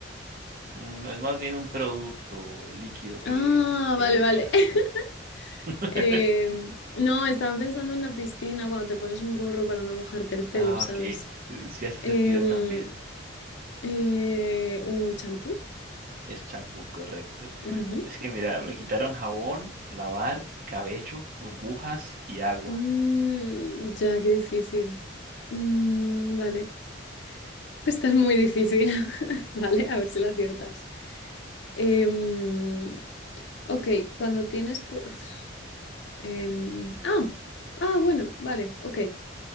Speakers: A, on the right (about 45°); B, on the left (about 65°).
A: Mm, es más bien un producto líquido que
B: Ah,
A: te
B: vale,
A: echas.
B: vale. <laughs>
A: <laughs>
B: Em, no, estaba pensando en la piscina cuando te pones un gorro para no mojarte el pelo,
A: Ah,
B: ¿sabes?
A: ok. eh, Sí hace
B: Em,
A: sentido también.
B: eh, un champú.
A: Es champú, correcto.
B: Ujú.
A: Es que mira, me quitaron jabón, lavar, cabello, burbujas y agua.
B: Mm, ya, qué difícil. Mm, vale. <laughs> Esta es muy difícil. <laughs> Vale, a ver si la aciertas. Em, ok, cuando tienes... pu- uf, em, ah, ah, bueno, vale, ok.